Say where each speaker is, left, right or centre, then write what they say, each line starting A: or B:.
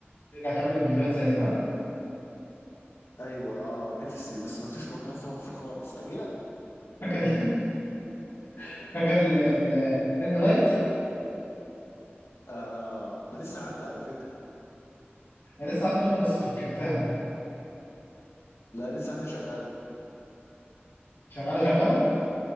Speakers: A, on the left; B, on the left.
A: ترجع تعمل فيديوهات زي زمان
B: ايوه اه نفسي بس ما فيش مكان اصور فيه خالص اجي لك
A: فاكر <laughs> فاكر ال- ال- الرينج لايت
B: اه ده لسه عندي على فكره
A: انا لسه عندي برضه بس فككتها
B: لا لسه عندي شغال
A: شغاله شغاله